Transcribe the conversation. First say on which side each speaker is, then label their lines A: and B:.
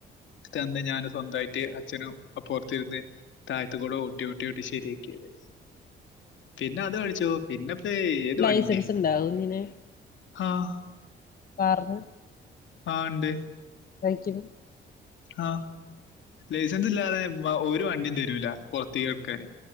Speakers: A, on the left (about 70°); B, on the left (about 45°).
A: തന്ന ഞാൻ സ്വന്തായിട്ട് അച്ഛനും അപ്പറത്തിരുന്ന് താഴത്തുകൂടെ ഊട്ടി ട്ടി ട്ടി ശരിയാക്കിയത് പിന്നെ അത് കഴിച്ചു പിന്നെ ഏയ് ഏത്
B: ലൈസൻസ്
A: വണ്ടി
B: ഇണ്ടാ കുഞ്ഞിന്
A: ആഹ
B: പറഞ്ഞ്
A: ആ ഇണ്ട്
B: കഴിക്കും
A: ആഹ ലൈസൻസ് ഇല്ലാതെ ഒരു വണ്ടിയും തരൂല്ല പൊറത്തേക്കറക്കാന്